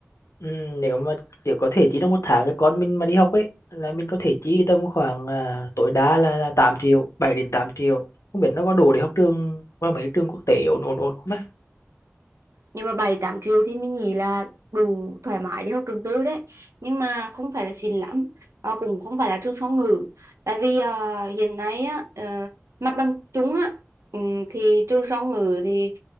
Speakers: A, on the left (about 85°); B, on the right (about 85°).
A: Ừ, nếu mà chỉ có thể chi trong một tháng cho con mình mà đi học ấy là mình có thể chi tầm khoảng à, tối đa là, là 8 triệu 7 đến 8 triệu không biết nó có đủ để học trường qua mấy trường quốc tế ổn ổn ổn không ta
B: nhưng mà bảy tám triệu thì mình nghĩ là đủ thoải mái để học trường tư đấy nhưng mà không phải là xịn lắm và cũng không phải là trường song ngữ tại vì ờ, hiện nay á ờ, mặt bằng chung á ừm, thì trường song ngữ thì